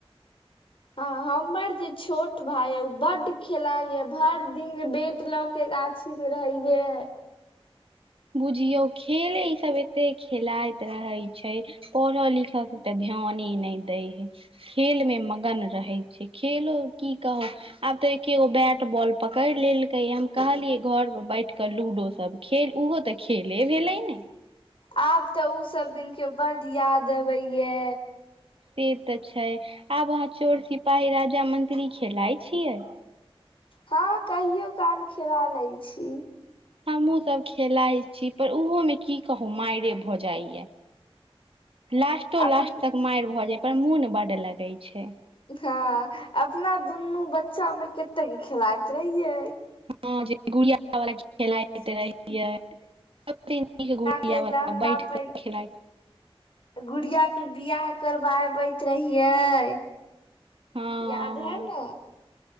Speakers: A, on the left (about 60°); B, on the right (about 65°).
A: हँ हमर जे छोट भाय अइ ऊ बड्ढ खेलाय यै भर दिन बेट ल के गाछी मे रहैयै
B: बुझियौ खेले ई सब एते खेलाइत रहै छै। पढ़ऽ लिखय के तऽ ध्याने नै दै हेै खेल मे मगन रहेै छै खेलो की कहब आब तऽ एकेगो बैट बॉल पकड़ि लेल कै हम कहलियै घर पर बैठ क लूडो सब खेल उहो तऽ खेले भेलै ने
A: आब तऽ उ सब दिन के बड याद अबेैये।
B: से तऽ छै, आब अहाँ चोर सिपाही राजा मंत्री खेलाय छियै?
A: हँ कहियो काल खेला लै छी।
B: हमहु सब खेलाय छी पर उहो में की कहु माइरे भ भऽ जाइए लास्टो
A: अपन
B: लास्ट तक कुमैर भऽ जाइ पर मुन बड लगेै छै।
A: उखा अपना दुनू बच्चा मे कतेक खेलाइत रहियै।
B: हँ, जे गुड़िया वाला खेलाइत रहीयै। यै, तीन-तिहे गुड़िया
A: के
B: वाला
A: लहंगा
B: बैठ
A: पहिन
B: के खेलाइत
A: गुड़िया के बियाह करबाबैत रहियै। <unintelligible>
B: हँ